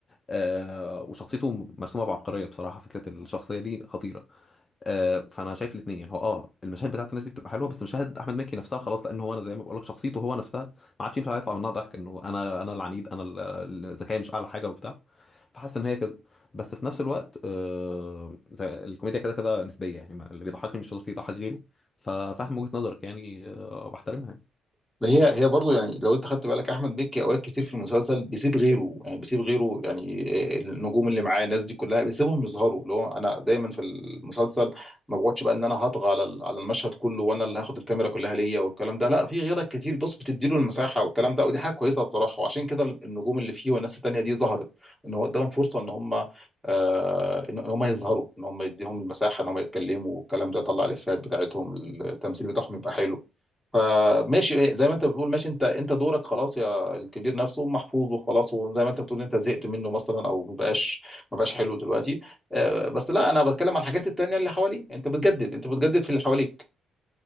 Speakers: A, on the left; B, in the centre.
A: أه وشخصيته مرسومه بعبقريه بصراحه فكره الشخصيه دي خطيره آه، فانا شايف الاثنين يعني هو اه المشاهد بتاعت الناس دي بتبقى حلوه بس مشاهد احمد مكي نفسها خلاص لان هو انا زي ما بقول لك شخصيته هو نفسها ما عادش ينفع يطلع منها ضحك انه انا انا العنيد انا ال- ال- ذكائي مش اعلى حاجه وبتاع فحاسس ان هي كده بس في نفس الوقت آه زي الكوميديا كده كده نسبيه يعني ما- اللي بيضحكني مش شرط يضحك غيري ففاهم وجهه نظرك يعني آه، وبحترمها يعني
B: ما هي هي برضه يعني لو انت خدت بالك احمد مكي اوقات كتير في المسلسل بيسيب غيره يعني بيسيب غيره يعني آه، النجوم اللي معاه الناس دي كلها بيسيبهم يظهروا اللي هو انا دايما في المسلسل ما بقعدش بقى ان انا هطغى على ال- على المشهد كله وانا اللي هاخد الكاميرا كلها ليا والكلام ده لا في غيرك كتير بص بتديله المساحه والكلام ده ودي حاجه كويسه بصراحه وعشان كده النجوم اللي فيه والناس التانيه دي ظهرت ان هو اداهم فرصه ان هم آه ان هم يظهروا ان هم يديهم المساحه ان هم يتكلموا والكلام ده طلع الافيهات بتاعتهم التمثيل بتاعهم يبقى حلو فماشي إيه، زي ما انت بتقول ماشي انت انت دورك خلاص يا الكبير نفسه محفوظ وخلاص وزي ما انت بتقول انت زهقت منه مثلا او ما بقاش ما بقاش حلو دلوقتي آه، بس لا انا بتكلم على الحاجات التانية اللي حواليك انت بتجدد انت بتجدد في اللي حواليك